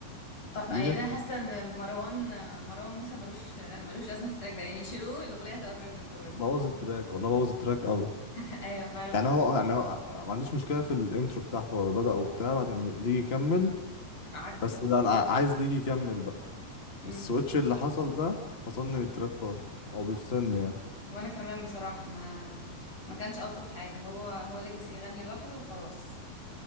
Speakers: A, on the left; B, on the left.
A: تحفة
B: ليه
A: يعني
B: جا-
A: أنا حاسة إن مروان مروان موسى ملوش ملوش لازمة في التراك ده يعني يشيلوه الأغنية تبقى بيرفكت برضه
B: بوظ التراك والله بوظ التراك قوي
A: <laughs> أيوة فعلا
B: يعني
A: عندك
B: هو
A: حق.
B: يعني هو ما عنديش مشكله في الانترو بتاعته هو بدأ وبتاع بعدين ليجي يكمل
A: عك
B: بس
A: بقى
B: لا انا عايز ليجي يكمل بقى
A: امم
B: السويتش اللي حصل ده فصلني من التراك خالص او بيفصلني يعني
A: وأنا كمان بصراحة ما ما كانش ألطف حاجة هو هو ليجاسي يغني لوحده وخلاص